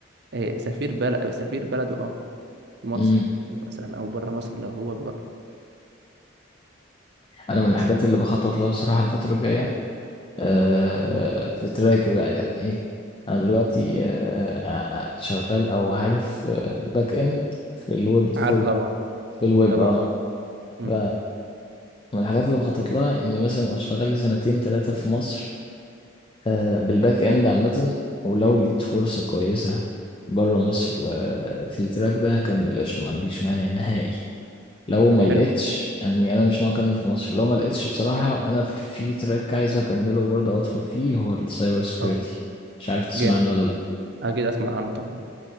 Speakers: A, on the right; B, on the left.
A: آه، سفير بلد سفير بلده اه في مصر
B: مم.
A: يعني مثلا او بره مصر لو هو بره
B: أنا من
A: بس
B: الحاجات اللي بخطط لها بصراحة الفترة الجاية آه،
A: مم.
B: في تراكي بقى يعني إيه أنا دلوقتي آه، آه، آه، شغال أو عارف باك إند في الويب فول
A: عارفه طبعا
B: في الويب
A: طبعا
B: أه
A: عارفه امم
B: ف- من الحاجات اللي بخطط لها إني مثلا أشتغل لي سنتين تلاتة في مصر آه، بالباك اند عامة ولو لقيت فرصة كويسة بره مصر آه، في التراك ده هكمل قشطة ما عنديش مانع نهائي لو
A: طب
B: ما
A: حلو
B: لقيتش يعني انا مش ناوي اكمل في مصر لو ما لقيتش بصراحة
A: مم.
B: انا في تراك عايز اكمله برضه او ادخل فيه هو السايبر سيكيورتي
A: اه
B: مش عارف تسمع
A: جامد
B: عنه ولا لا
A: اكيد اسمع عنه طبعا